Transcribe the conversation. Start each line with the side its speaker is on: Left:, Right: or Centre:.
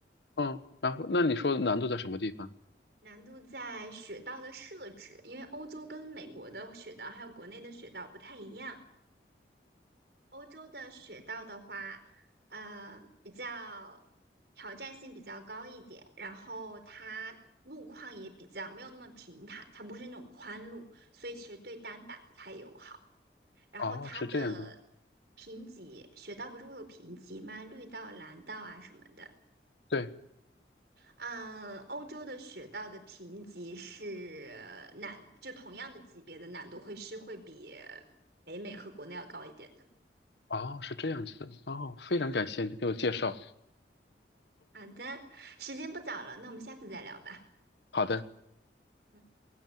Left: 嗯，然后那你说难度在什么地方？
Right: 难度在雪道的设置，因为欧洲跟美国的雪道还有国内的雪道不太一样。欧洲的雪道的话，呃，比较挑战性比较高一点，然后它路况也比较没有那么平坦，它不是那种宽路，所以其实对单板不太友好。然后它的
Left: 哦，是这样的，
Right: 评级，雪道不是会有评级吗？绿道、蓝道啊什么的。
Left: 对，
Right: 嗯，欧洲的雪道的评级是呃难，就同样的级别的难度会是会比北美和国内要高一点的。
Left: 哦，是这样子的，哦，
Right: 对，
Left: 非常感谢你给我介绍，
Right: 好的，时间不早了，那我们下次再聊吧。
Left: 好的。
Right: 嗯